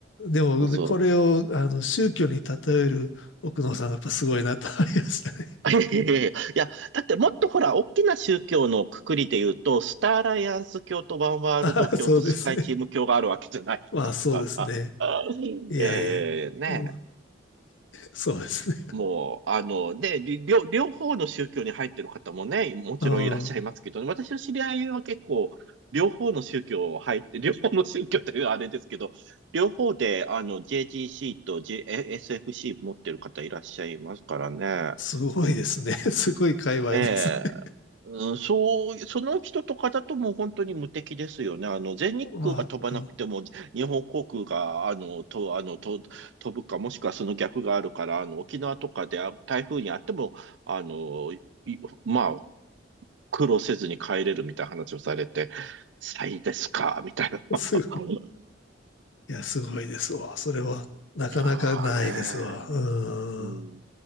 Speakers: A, on the left; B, on the right.
A: でも、
B: ん、
A: ね、
B: そう。
A: これを、あの、宗教に例える奥野さんがやっぱすごいなと思いましたね。
B: <laughs> いや、だってもっとほら、大きな宗教のくくりで言うと、スターアライアンス教とワンワールド教とスカイチーム教があるわけじゃないですか。
A: <laughs> ああ、そうですね。まあ、そうですね。
B: <laughs>
A: いやいや。
B: えーね
A: うん、そうですね。
B: もう、あの、で、り両、両方の宗教に入ってる方もね、もちろんいらっしゃいますけどね、
A: うん。
B: 私の知り合いは結構、両方の宗教を入って、両方の宗教というあれですけど、両方で、あの、JGC と JSFC 持ってる方いらっしゃいますからね。
A: すごいですね。<laughs> すごい界隈です。
B: ええ、
A: <laughs>
B: うん、そう、その人とかだともう本当に無敵ですよね。あの、全日空が飛ばなくても、
A: まあ、う
B: 日本航空が、あの、と、あの、と、飛ぶか、もしくはその逆があるから、あの、沖縄とかであ台風にあっても、あの、いまあ、苦労せずに帰れるみたいな話をされて、最ですか、みたいな。<laughs>
A: ん、すごい。いや、すごいですわ。それは、なかなかないですわ。
B: いやーね
A: うん。
B: ー、うん。